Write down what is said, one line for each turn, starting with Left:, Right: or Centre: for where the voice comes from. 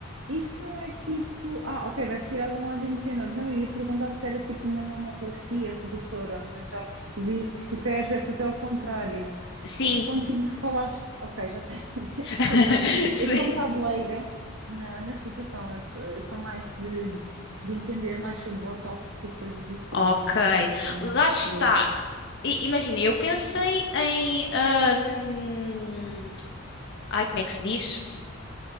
Right: Isso não é tipo, ah, ok, vais tirar de um lado e meter no outro. Não, eu ia perguntar se era tipo uma mamoplastia redutora, mas já percebi que tu queres é fazer ao contrário.
Left: Sim,
Right: É Porque quando tu me falaste, ok, já tenho, <laughs>
Left: <laughs>
Right: desculpa,
Left: sim.
Right: eu sou um bocado leiga na, na situação, eu sou, eu sou mais de, de entender mais sobre botox e coisas assim,
Left: Ok,
Right: não propriamente
Left: lá está.
Right: lipos.
Left: I- Imagina, eu pensei em. hum, ai, como é que se diz?